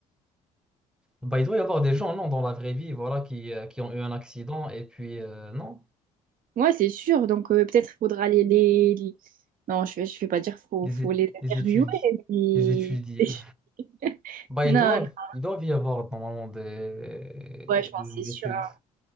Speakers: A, in the centre; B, on the right (about 50°).
A: Bah, il doit y avoir des gens, non, dans la vraie vie, voilà, qui, euh, qui ont eu un accident et puis, euh, non.
B: Ouais, c'est sûr. Donc, euh, peut-être faudra les, les, les- Non, je vais, je vais pas dire faut,
A: les,
B: faut
A: é-
B: les interviewer,
A: les étudier,
B: mais...
A: les étudier.
B: <laughs>
A: Bah, ils
B: Non,
A: doivent,
B: non,
A: ils doivent y avoir normalement des,
B: ouais, je
A: des
B: pense que c'est
A: études.
B: sûr. hein.